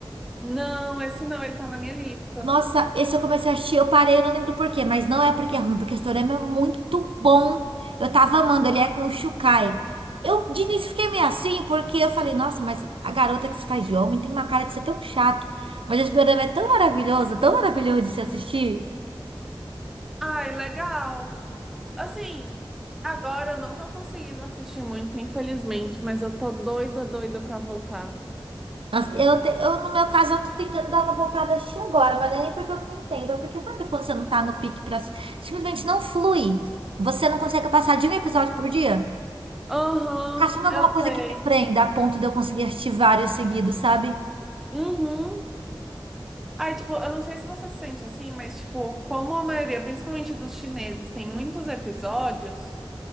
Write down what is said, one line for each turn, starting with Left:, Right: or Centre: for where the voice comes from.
Centre: Não, esse não, ele tá na minha lista.
Right: Nossa, esse eu comecei a assistir, eu parei, eu não lembro por quê, mas não é porque é ruim, porque o Toriyama é muito bom. Eu tava amando, ele é com o Shukai. Eu de início fiquei meio assim, porque eu falei, nossa, mas a garota que se faz de homem tem uma cara de ser tão chato. Mas esse Dorama é tão maravilhoso, tão maravilhoso de se assistir.
Centre: Ai, legal. Assim, agora eu não tô conseguindo assistir muito, infelizmente, mas eu tô doida, doida pra voltar.
Right: Nossa, eu, te- eu, no meu caso, eu tô tentando dar uma voltada a assistir agora, mas não é nem porque eu não tenho tempo, é porque sabe quando você não tá no pique pra assistir? Simplesmente não flui. Você não consegue passar de um episódio por dia?
Centre: Aham,
Right: Caçando alguma
Centre: eu
Right: coisa
Centre: sei.
Right: que me prenda a ponto de eu conseguir assistir vários seguidos, sabe?
Centre: Uhum. Ai, tipo, eu não sei se você se sente assim, mas, tipo, como a maioria, principalmente dos chineses, tem muitos episódios,